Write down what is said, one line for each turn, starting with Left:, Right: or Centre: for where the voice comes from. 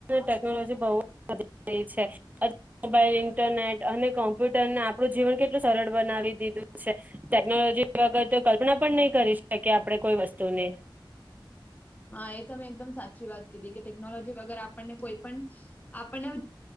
Right: ટેકનોલોજી બહુ વધી ગઈ છે. <inaudible> મોબાઈલ ઇન્ટરનેટ અને કોમ્પ્યુટરને આપણું જીવન કેટલું સરળ બનાવી દીધું છે. ટેકનોલોજી વગરતો કલ્પના પણ નઈ કરી શકીએ, આપણે કોઈ વસ્તુની.
Left: હા એ તમે એકદમ સાચી વાત કીધી કે ટેકનોલોજી વગર આપણને કોઈ પણ, આપણને